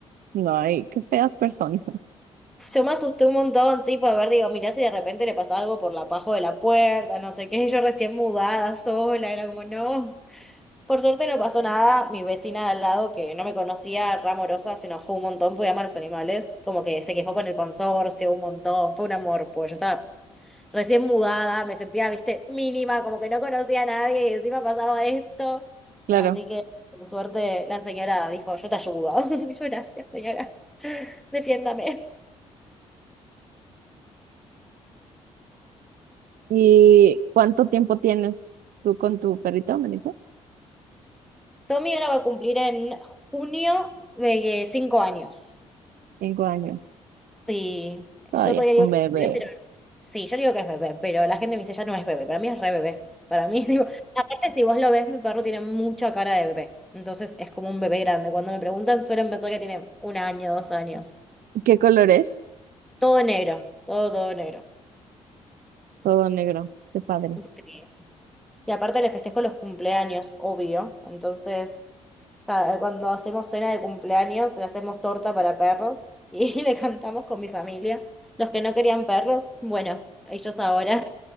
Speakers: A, on the right; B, in the centre.
A: No, ay, qué feas personas. <laughs>
B: Yo me asusté un montón, sí, por ver, digo, mirá si de repente le pasa algo por la paja de la puerta, no sé qué, yo recién mudada sola, era como, no. Por suerte no pasó nada. Mi vecina de al lado, que no me conocía, Ramorosa, se enojó un montón porque ama a los animales. Como que se quejó con el consorcio un montón. Fue un amor, pues yo estaba recién mudada, me sentía, viste, mínima, como que no conocía a nadie y encima pasaba esto.
A: Claro.
B: Así que, por suerte, la señora dijo, yo te ayudo. <laughs> Y Yo, gracias, señora. Defiéndame.
A: ¿Y cuánto tiempo tienes tú con tu perrito, me dices?
B: Tommy ahora va a cumplir en junio de eh, cinco años.
A: Cinco años.
B: Sí,
A: Todavía
B: yo todavía
A: es
B: digo
A: un
B: que
A: bebé.
B: es bebé, pero sí, yo digo que es bebé, pero la gente me dice ya no es bebé, para mí es re bebé. Para mí, <laughs> digo, aparte si vos lo ves, mi perro tiene mucha cara de bebé, entonces es como un bebé grande. Cuando me preguntan suelen pensar que tiene un año, dos años.
A: ¿Qué color es?
B: Todo negro, todo, todo negro.
A: Todo negro. Qué padre.
B: Sí. Y aparte le festejo los cumpleaños, obvio. Entonces, cada- cuando hacemos cena de cumpleaños, le hacemos torta para perros y <laughs> le cantamos con mi familia. Los que no querían perros, bueno, ellos ahora.